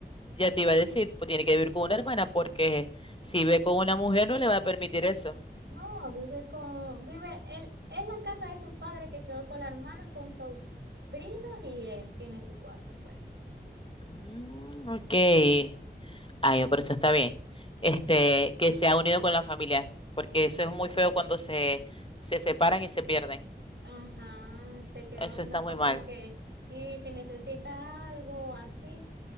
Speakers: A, on the left; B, on the right.
A: Ya te iba a decir, pues tiene que vivir con una hermana porque si ve con una mujer no le va a permitir eso.
B: No, vive con, vive, él, es la casa de sus padres que quedó con la hermana, con sobrinos y él tiene su cuarto, pues.
A: Mm, ok. Ay, por eso está bien. Este,
B: Sí.
A: que se ha unido con la familia, porque eso es muy feo cuando se, se separan y se pierden.
B: Ajá, se quedó
A: Eso
B: uno
A: está
B: como
A: muy mal.
B: que, y si necesita algo así,